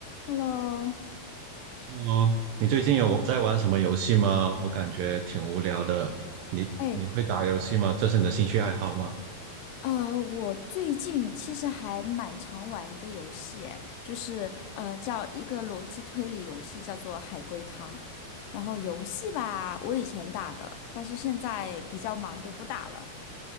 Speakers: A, on the left; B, on the right.
A: Hello，
B: 哦，你最近有在玩什么游戏吗？我感觉挺无聊的。你你会打游戏吗？
A: 哎，
B: 这是你的兴趣爱好吗？
A: 呃，我最近其实还蛮常玩一个游戏，就是呃，叫一个逻辑推理游戏，叫做海龟汤。然后游戏吧，我以前打的，但是现在比较忙就不打了。